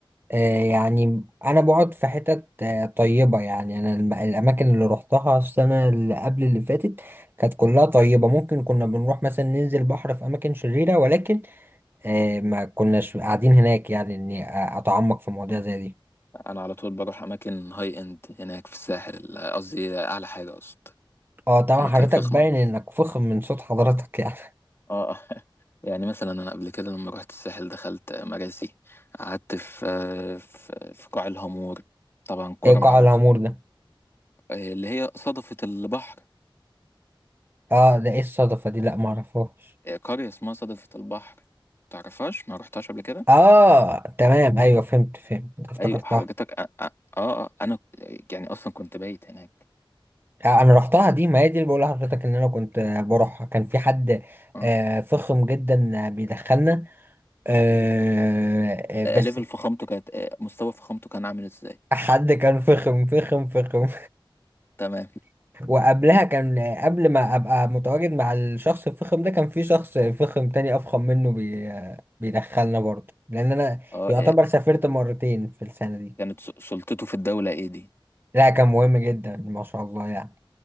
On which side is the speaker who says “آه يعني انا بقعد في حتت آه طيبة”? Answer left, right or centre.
Right